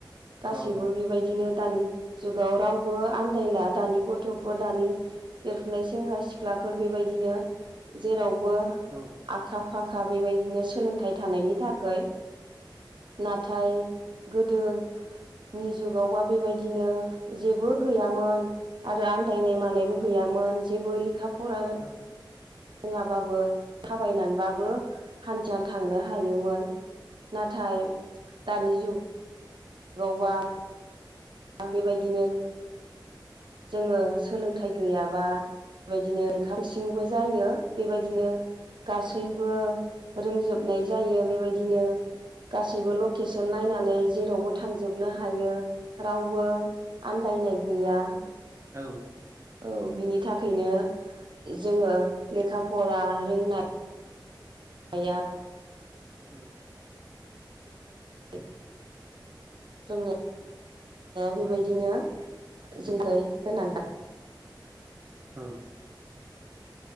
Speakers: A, on the right; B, on the right.
A: गासैबो
B: औ
A: बेबायदिनो। दानि जुगाव रावबो आन्दायला दानि गथ'फोर दानि देरफुनाय सेंग्रा सिख्लाफोर बेबाय। दिनो जेराव। बो
B: औ
A: आखा। फाखा बेबायदिनो सोलोंथाइ थानायनि थाखै। नाथाय। गोदोनि जुगावबा बेबायदिनो जेबो गैयामोन आरो आन्दायनाय मानायबो गैयामोन जेबो लेखा फरा।
B: औ।
A: <inaudible> बाबो थाबायनानैबो थांनो हायोमोन नाथाय। दानि जुग। गावबा। दा बेबायदिनो। जोङो सोलोंथाइ गैयाबा बेदिनो सिंबो जायो। बेबायदिनो। गासैबो रोंजोबनाय जायो बेबायदिनो गासैबो लकेसन नायनानै जेरावबो थांजोबनो हायो। रावबो। आन्दायनाय गैया।
B: औ।
A: औ बिनि थाखायनो जोङो लेखा फरा रोंनाय। या।
B: औ।
A: <unintelligible> बेबायदिनो <unintelligible>
B: औ औ।